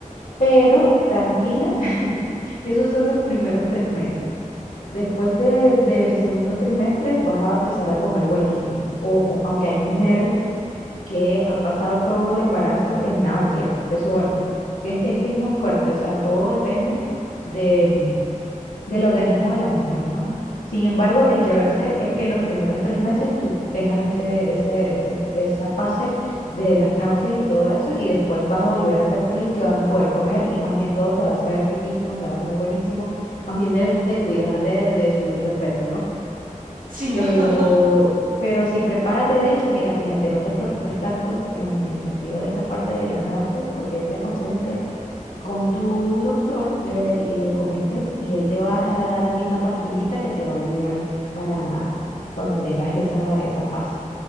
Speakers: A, on the left; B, on the right.
A: Pero tranquila, <laughs> que esos son los primeros tres meses. Después de- del segundo trimestre vas a empezar a comer buenísimo. Ojo, aunque hay mujeres que han pasado todo el embarazo en náuseas. Eso, bueno, es, es que es muy fuerte, o sea, todo depende de del organismo de la mujer, ¿no? Sin embargo, el
B: Claro.
A: deber ser es que los primeros tres meses tú tengas ese, ese, ese- esa fase de las náuseas y todo eso, y después vas a volver a ser feliz, que vas a poder comer y más bien todo te va a saber riquísimo, te va a saber buenísimo, más bien debes de cuidarte de, de subir de peso, ¿no?
B: Sí,
A: Pero...
B: ¿no? <laughs>
A: Pero sí, prepárate, de hecho, mira, fíjate, no te preocupes tanto en el sentido de esa parte de las náuseas, porque yo te aconsejo que con tu doctor, le, le comentes y él te va a dar a ti una pastillita que te va a aliviar para cuando tengas esa, esa fase.